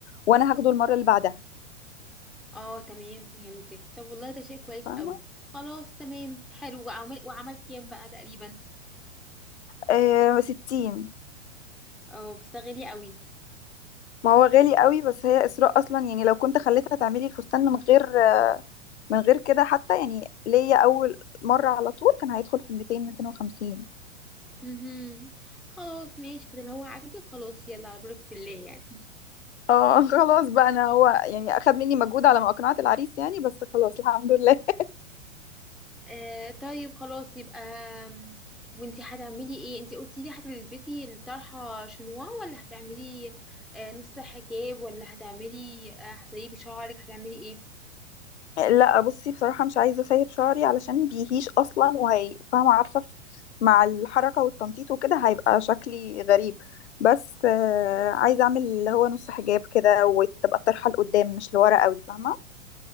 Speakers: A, on the left (about 60°); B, in the centre.
A: وانا هاخده المره اللي بعدها
B: اه تمام فهمتك طب والله ده شيء كويس
A: فاهمه
B: قوي خلاص تمام حلو وعمل وعمل كام بقى تقريبا
A: آه 60
B: اه بس ده غالي قوي
A: ما هو غالي قوي بس هي اسراء اصلا يعني لو كنت خليتها تعملي الفستان من غير آه، من غير كده حتى يعني ليا اول مره على طول كان هيدخل في 200 250
B: مهم. خلاص ماشي فده اللي هو عاجبك خلاص يلا على بركة الله يعني
A: اه <laughs> خلاص بقى انا هو يعني اخد مني مجهود على ما اقنعت العريس يعني بس خلاص الحمد لله
B: آه طيب خلاص يبقى آم، وانتي هتعملي ايه انتي قلتي لي هتلبسي الطرحة شنوا ولا هتعملي آه نص حجاب ولا هتعملي آه هتسيبي شعرك هتعملي ايه
A: لا بصي بصراحة مش عايزة اسيب شعري علشان بيهيش اصلا وهي فاهمة عارفة ف- مع الحركة والتنطيط وكده هيبقى شكلي غريب بس آه، عايزة اعمل اللي هو نص حجاب كده وتبقى الطرحة لقدام مش لورا قوي فاهمة